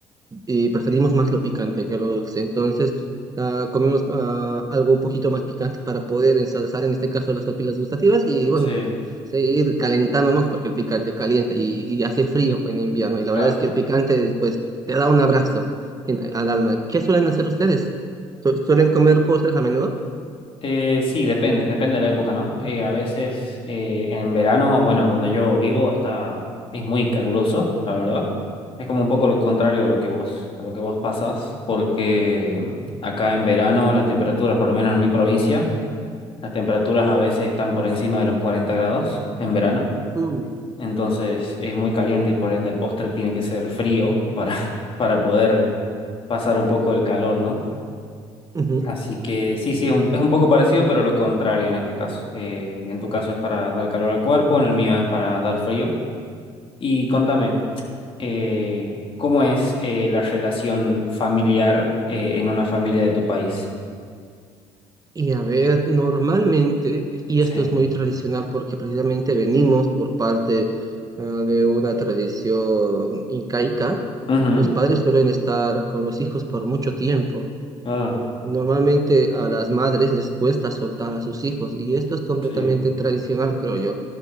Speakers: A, on the right; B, on the left.
A: y preferimos más lo picante que lo dulce. Entonces, ah, comemos ah, algo un poquito más picante para poder ensalzar, en este caso, las papilas gustativas y bueno,
B: Sí,
A: seguir calentándonos porque el picante calienta y, y hace frío en invierno. Y la
B: claro.
A: verdad es que el picante, pues, te da un abrazo en- al alma. ¿Qué suelen hacer ustedes? ¿Su- ¿Suelen comer postres a menudo?
B: Eh, sí, depende, depende de la época, ¿no? Eh, a veces eh, en verano, bueno, donde yo vivo está, es muy caluroso, la verdad. Es como un poco lo contrario de lo que vos, a lo que vos pasás, porque mm, acá en verano las temperaturas, por lo menos en mi provincia, Las temperaturas a veces están por encima de los 40 grados en verano,
A: Uy,
B: entonces es muy caliente y por ende el postre tiene que ser frío para, <laughs> para poder pasar un poco el calor, ¿no?
A: ujú.
B: Así que sí, sí, es un, es un poco parecido, pero lo contrario en este caso. Eh, en tu caso es para dar calor al cuerpo, en el mío es para dar frío. Y contame, eh, ¿cómo es eh, la relación familiar eh, en una familia de tu país?
A: Y a ver, normalmente, y
B: Sí.
A: esto es muy tradicional porque precisamente venimos por parte ah, de una tradición incaica,
B: Ujú.
A: los padres suelen estar con los hijos por mucho tiempo.
B: Ah,
A: Normalmente a las madres les cuesta soltar a sus hijos y esto es completamente
B: sí.
A: tradicional, creo yo.